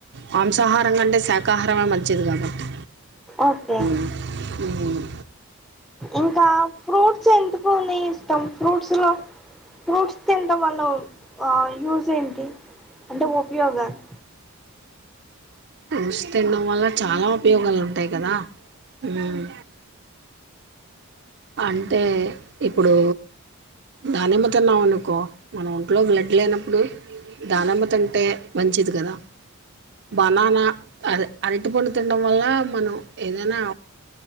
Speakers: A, on the right; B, in the centre.
A: మాంసాహారం కంటే శాకాహారమే మంచిది కాబట్టి
B: ఓకే
A: ఉమ్
B: ఇంకా ఫ్రూట్స్ ఎందుకు నీ ఇష్టం ఫ్రూట్స్ లో ఫ్రూట్స్ తినటం వల్ల ఆ యూజ్ ఏంటి అంటే ఉపయోగాలు
A: ఫ్రూస్ తినడం వల్ల చాలా ఉపయోగాలు ఉంటాయి కదా హ్మ్మ్ అంటే ఇప్పుడు దానిమ్మ తిన్నాం అనుకో మన ఒంట్లో బ్లడ్ లేనప్పుడు దానమ్మ తింటే మంచిది కదా బనానా అది అరటి పండు తినడం వల్ల మనం ఏదైనా